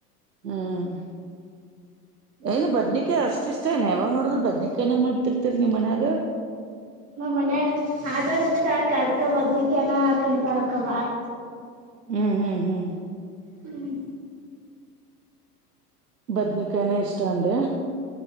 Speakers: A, on the right; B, on the right.
A: ಹ್ಮ್ ಏನು ಬದ್ನಿಕಾಯಿ ಅಷ್ಟಿಷ್ಟ ಏನ ಯಾವಾಗ್ ನೋಡಿದ್ರ ಬದ್ನಿಕಾಯಿನ ಮಾಡ್ತಿರ್ತರಿ ನಿಮ್ ಮನ್ಯಾಗ.
B: ನಮನ್ಯಾಗ ಆದ ಇಷ್ಟ ಆಕ ಅದ್ಕ ಬದ್ನಿಕ್ಕೇನ ತಿಂತಾರಕ್ಕ ಬಾಳ.
A: ಹ್ಮ್ ಹ್ಮ್ ಹ್ಮ್
B: ಹ್ಮ್
A: ಬದ್ನಿಕಾಯನ ಇಷ್ಟ ಅಂದೆ.